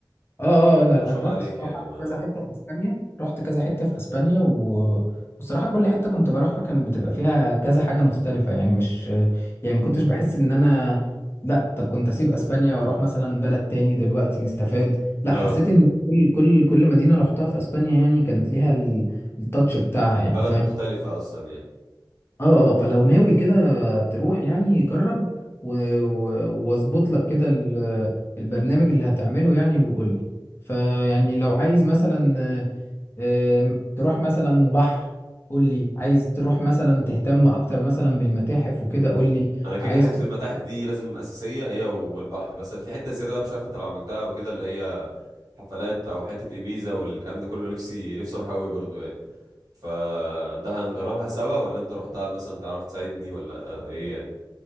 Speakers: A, on the left; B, on the right.
A: اه اه انا
B: طب ما شاء
A: انا
B: الله
A: رحت
B: عليك
A: الصراحه
B: يعني ما
A: كذا حته في اسبانيا رحت كذا حته في اسبانيا و... والصراحه كل حته كنت بروحها كان بتبقى فيها كذا حاجه مختلفه يعني مش يعني ما كنتش بحس ان انا لا طب كنت اسيب اسبانيا واروح مثلا بلد تاني دلوقتي نستفاد لا
B: اه
A: حسيت ان كل كل كل مدينه رحتها في اسبانيا يعني كانت ليها ال- التاتش بتاعها يعني
B: بلد مختلفة أصلا يعني
A: اه اه فلو ناوي كده تروح يعني جرب و- و- واظبط لك كده ال- البرنامج اللي هتعمله يعني وقول لي فيعني لو عايز مثلا آه، آم، تروح مثلا بحر قول لي عايز تروح مثلا تهتم اكتر مثلا بالمتاحف وكده قول لي
B: أنا كده
A: عايز
B: كده حتة
A: ت-
B: المتاحف دي لازم أساسية هي والبحر بس أنا في حتة زيادة بقى مش عارف أنت لو عملتها وكده اللي هي حفلات أو حتة إبيزا والكلام ده كله نفسي نفسي أروح أوي برضو يعني فده هنجربها سوا ولا أنت رحتها مثلا تعرف تساعدني ولا آه إيه يعني